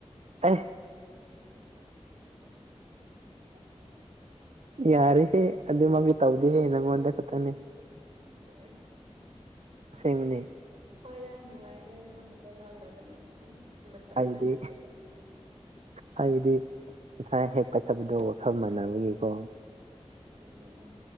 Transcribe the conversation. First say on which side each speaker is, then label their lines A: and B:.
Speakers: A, on the right; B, on the right.
A: ꯍꯥꯏ ꯌꯥꯔꯦ ꯍꯦ ꯑꯗꯨ ꯃꯥ ꯇꯧꯗꯦꯍꯦ ꯅꯪꯣꯟꯗꯦ ꯈꯛꯇꯅꯤ
B: ꯁꯦ
A: ꯑꯁꯦꯡꯕꯅꯦ
B: ꯍꯣꯏꯗꯁ ꯅꯨꯡꯉꯥꯏꯅꯦ ꯅꯪꯒꯨꯝꯕ ꯉꯥꯡꯅꯕꯅ ꯃꯇꯝꯗꯣ
A: ꯍꯥꯏꯗꯤ
B: ꯆꯠꯄꯗꯅꯦ
A: ꯍꯥꯏꯕꯗꯤ ꯉꯁꯥꯏ ꯍꯦꯛꯄꯈꯠꯄꯗꯣ ꯋꯥꯈꯜ ꯃꯥꯟꯅꯕꯒꯤꯀꯣ
B: ꯌꯥꯝꯗꯤꯅꯦ